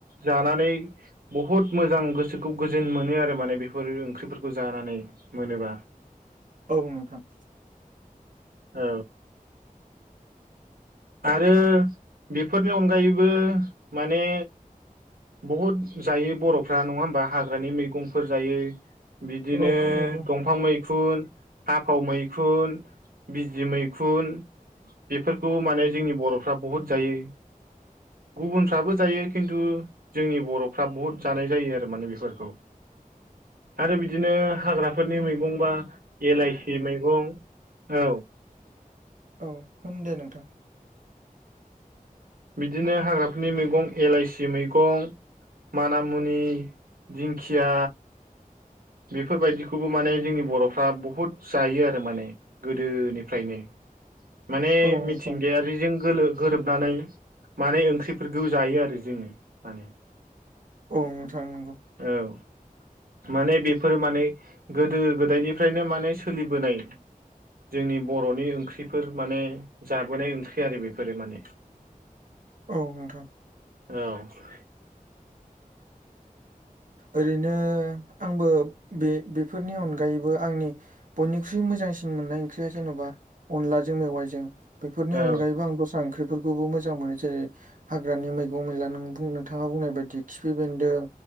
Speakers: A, on the right; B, on the right.
A: जानानै बहुत मोजां गोसोखौ गोजोन मोनो आरो माने बेफोर ओंख्रिफोरखौ जानानै मोनोबा।
B: औ नोंथां।
A: औ। आरो बेफोरनि अनगायैबो माने बहुद जायो बर'फ्रा नङा होमबा हाग्रानि मैगंफोर जायो। बिदिनो
B: औ नंगौ
A: दं फां मैखुन हाफाव मैखुन बिजि मैखुन बेफोरखौ माने जोंनि बर'फ्रा बहुद जायो। गुबुनफ्राबो जायो खिन्थु जोंनि बर'फ्रा बुहुत जानाय जायो आरो माने बेफोरखौ। आरो बिदिनो हाग्राफोरनि मैगं बा एलाइसि मैगं औ।
B: औ होन दे नोंथां।
A: बिदिनो हाग्राफोरनि मैगं एलाइसि मैगं माना मुनि दिंखिया बेफोरबायदिखौबो माने जोंनि बर'फ्रा बहुद जायो आरो माने गोदोनिफ्रायनो माने
B: औ नोंथां
A: मिथिंगाया <unintelligible> गोरोबनानै माने ओंख्रिफोरखौ जायो आरो जोङो माने <inaudible>
B: औ नोंथां नंगौ।
A: औ माने बे फोर माने गोदो गोदायनिफ्रायनो माने सोलिबोनाय। जोंनि बर'नि ओंख्रिफोर माने जाबोनाय ओंख्रि आरो बेफोरो माने <inaudible>
B: औ नोंथां।
A: औ।
B: ओरैनो आंबो बे बेफोरनि अनगायैबो आंनि बयनिख्रुइ मोजांसिन मोननाय ओंख्रिया जेन'बा अनलाजों मेवाइजों बेफोरनि
A: औ
B: अनगायैबो आं दस्रा ओंख्रिफोरखौबो मोजां मोनो जेरै हाग्रानि मैगं मैला नोंथाङा बुंनाय बायदि खिफि बेन्दों